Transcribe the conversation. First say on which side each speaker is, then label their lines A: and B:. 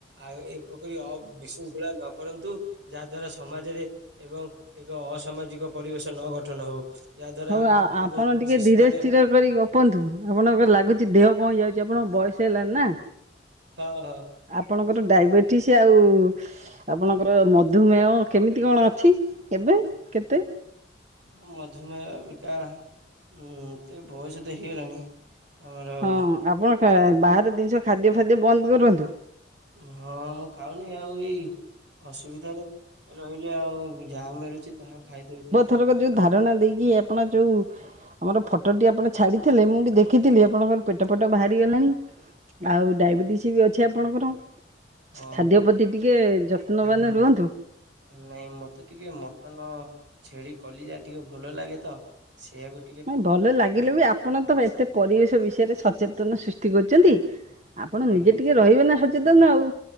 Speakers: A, on the right; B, on the right.
A: ଆଉ ଏ ପରି ଅ ବିଶୃଙ୍ଖଳା ନ କରନ୍ତୁ ଯାହା ଦ୍ୱାରା ସମାଜରେ ଏବଂ ଏକ ଅସାମାଜିକ ପରିବେଶ ନ ଗଠନ ହଉ। ଯାହା ଦ୍ଵାରା
B: ହଉ ଆଉ
A: ଆମର
B: ଆପଣ ଟିକେ
A: ଶିଶୁ
B: ଧୀରେ
A: ମାନେ
B: ସ୍ଥିରେ କରି ଗପନ୍ତୁ ଆପଣଙ୍କ ଲାଗୁଛି ଦେହ କଣ ହେଇଯାଉଛି ଆପଣଙ୍କ ବୟସ ହେଲାଣି ନା।
A: ହ ଅ
B: ଆପଣଙ୍କର ଡାଇବେଟିସ୍ ଆଉ ଆପଣଙ୍କର ମଧୁମେହ କେମିତି କଣ ଅଛି ଏବେ କେତେ?
A: ମଧୁମେହ ଅବିକା ଏତେ ବୟସ ତ ହେଇଗଲାଣି ଆମର
B: ହଁ ଆପଣ କା ବାହାରର ଜିନିଷ ଖାଦ୍ୟ ଫାଦ୍ୟ ବନ୍ଦ କରନ୍ତୁ।
A: ହଁ ମୁଁ ଖାଉନି ଆଉ ଏଇ ଅସୁବିଧାରେ ରହିଲେ ଆଉ ଯାହା ମିଳୁଛି ତାହା ଖାଇଦଉଛି।
B: ଥରକ ଯୋଉ ଧାରଣା ଦେଇକି ଆପଣ ଯୋଉ ଆମର ଫଟୋଟି ଆପଣ ଛାଡିଥିଲେ ମୁଁ ବି ଦେଖିଥିଲି ଆପଣଙ୍କର ପେଟ ଫେଟ ବାହାରିଗଲାଣି। ଆଉ ଡାଇବେଟିସ୍ ବି ଅଛି ଆପଣଙ୍କର
A: ହଁ
B: ଖାଦ୍ୟ ପ୍ରତି ଟିକେ ଯତ୍ନବାନ
A: ହୁଁ।
B: ରୁହନ୍ତୁ।
A: ନାଇଁ ମତେ ଟିକେ ମଟନ ଛେଳି କଲିଜା ଟିକେ ଭଲ ଲାଗେ ତ ସେଇଆ କୁ
B: ନାଇଁ ଭଲ ଲାଗିଲେ ବି ଆ ଆପଣ ତ ଏତେ ପରିବେଶ ବିଷୟରେ ସଚେତନ ସୃଷ୍ଟି କରୁଛନ୍ତି ଆପଣ ନିଜେ
A: ଆଜ୍ଞା
B: ଟିକେ ରହିବେ ନା ସଚେତନ ଆଉ।